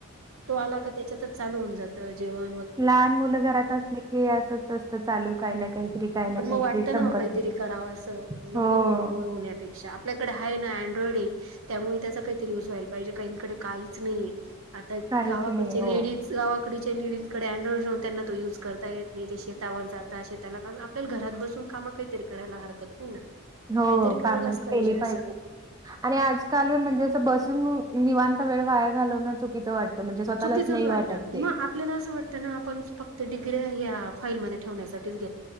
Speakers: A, on the right; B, on the right.
A: तो आला का त्याच्यातच चालू होऊन जातं जेव्हा.
B: लहान मुलं घरात असली की असंच असतं चालू काही ना काहीतरी. काही ना
A: पण मग
B: काहीतरी
A: वाटतं
B: संपत
A: ना काहीतरी
B: नाही
A: करावं असं नको
B: हो
A: बोर होण्यापेक्षा. आपल्याकडे आहे ना अँड्रॉइड आहे त्यामुळे त्याचा काहीतरी युज व्हायला पाहिजे काहीकडे काहीच नाही. आता
B: काहीच
A: गावाकडच्या
B: नाही हो
A: लेडीज गावाकडच्या लेडीजकडे अँड्रॉइड जाऊन त्यांना तो युज करता येत नाही ते श. त्यावर जाता असे त्याला काम आपल्याला घरात बसून काम काहीतरी करायला हरकत नाही ना.
B: हो
A: काहीतरी करायलाच
B: कामच केली
A: असं
B: पाहिजे. आणि आजकाल म्हणजे असं बसून निवांत वेळ वायार घालवणं चुकीचं वाटतं. म्हणजे स्वतःच
A: चुकीचंच
B: नाही
A: वाटतं
B: वाटत ते.
A: मग आपल्याला असं वाटतं ना आपण फक्त डिग्री ह्या फाईलमध्ये ठेवण्यासाठीच घेतो.